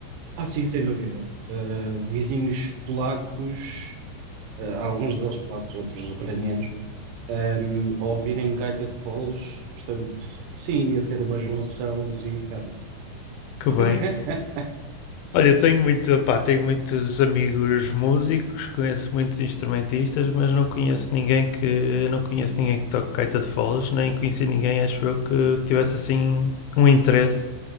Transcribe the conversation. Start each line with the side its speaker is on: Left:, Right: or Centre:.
Right: Ah, sim, sem dúvida. Uh, vizinhos polacos, uh, alguns deles polacos, outros ucranianos, um, a ouvirem gaita de foles, portanto, sim, ia ser uma junção dos infernos.
Left: Que
Right: <laughs>
Left: bem. Olha, tenho muito, pá, tenho muitos amigos músicos, conheço muitos instrumentistas, mas não conheço ninguém que não conheço ninguém que toque gaita de foles, nem conheci ninguém, acho eu, que, que tivesse assim um interesse